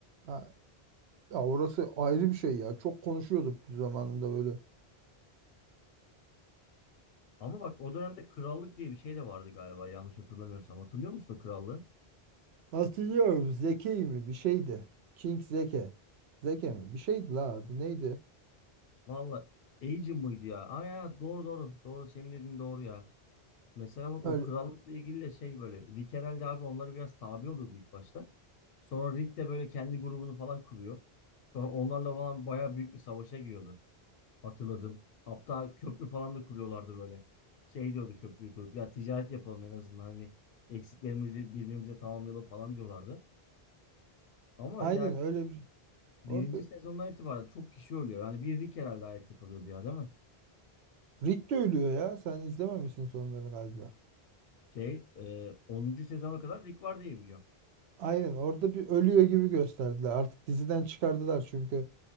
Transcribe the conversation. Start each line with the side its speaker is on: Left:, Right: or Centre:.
Right: Ha, ya orası ayrı bir şey ya. Çok konuşuyorduk zamanında böyle.
Left: Ama bak o dönemde krallık diye bir şey de vardı galiba yanlış hatırlamıyorsam. Hatırlıyor musun o krallığı?
Right: Hatırlıyorum. Zeki mi? Bir şeydi. King Zeke. Zeke mi? Bir şeydi la adı. Neydi?
Left: Valla Agent mıydı ya? Aa ya doğru doğru doğru senin dediğin doğru ya. Mesela bak
Right: Öyle,
Left: o krallıkla ilgili de şey böyle Rick herhalde abi onları biraz tabi oluyordu ilk başta. Sonra Rick de böyle kendi grubunu falan kuruyor. Sonra onlarla falan bayağı büyük bir savaşa giriyordu. Hatırladım. Hatta köprü falan da kuruyorlardı böyle. Şey diyordu köprüyü kurup ya ticaret yapalım en azından hani eksiklerimizi birbirimize tamamlayalım falan diyorlardı. Ama
Right: aynen
Left: ya
Right: öyle bir
Left: birinci
Right: Orada
Left: sezondan itibaren çok kişi ölüyor. Yani bir Rick herhalde ayakta kalıyordu ya değil mi?
Right: Rick de ölüyor ya. Sen izlememişsin sonları galiba.
Left: Şey e, 10. sezona kadar Rick var diye biliyorum.
Right: Aynen orada bir ölüyor gibi gösterdiler. Artık diziden çıkardılar çünkü